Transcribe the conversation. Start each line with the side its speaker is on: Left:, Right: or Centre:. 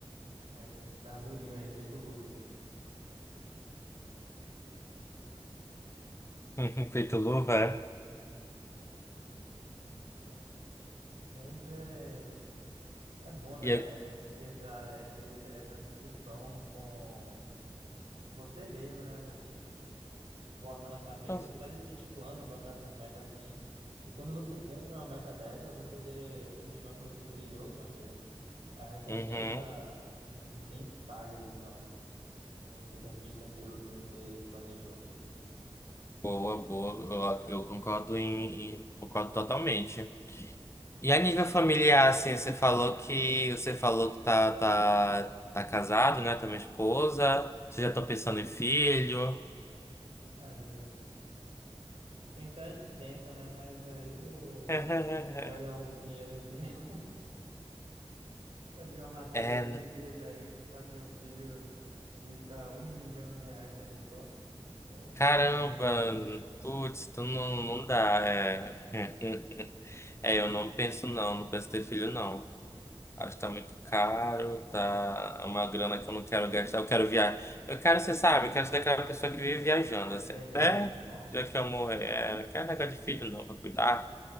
Right: né? é, tem que estar durinho aí, feito Lula.
Left: <laughs> Feito luva, é?
Right: É, mas é. É bom, né,
Left: E eu...
Right: ter essa, às vezes essa discussão com você mesmo, né, nos- botar na cabeça,
Left: <laughs>
Right: fazer esses planos, botar essas metas assim. E quando você cumpre uma meta dessa, você vê o chão que você trilhou, meu amigo. A recompensa
Left: Uhum.
Right: não, não tem que pagar isso, não. Você conquista aquilo que você planejou.
Left: Boa, boa. Eu, eu concordo em, em- concordo totalmente. E a nível familiar, assim, você falou que você falou que tá, tá, tá casado, né? Tem uma esposa. Você já estão pensando em filho?
Right: Ah, não- Pensar a gente pensa, né, mas aí o...
Left: <laughs>
Right: a gente olha o dinheiro assim. <laughs> Eu li uma matéria
Left: É,
Right: esses
Left: n-
Right: dias aí que para ter um filho Custa um milhão de reais uma pessoa. Meu danos.
Left: caramba, n- putz, tu não, não dá. É. <laughs> É, eu não penso não, não penso ter filho não. Acho que tá muito caro, tá é uma grana que eu não quero gastar, eu quero viajar. Eu quero, você sabe, eu quero ser daquela pessoa que vive viajando, assim,
Right: Viajana.
Left: até
Right: Nossa.
Left: já que eu morrer, é, não quero negócio de filho não, pra cuidar,